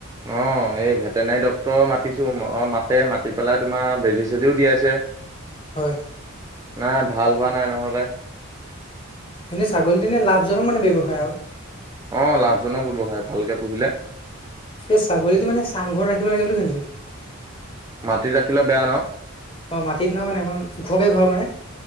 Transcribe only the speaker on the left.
হয়।
এনে ছাগলীজনীয়ে লাভজনক মানে ব্যৱসায় আও।
এই ছাগলীটো মানে চাংঘৰত ৰাখিব লাগে বুলি শুনিছো।
অ মাটিত নহয় মানে অকমান ওখকে ঘৰ মানে।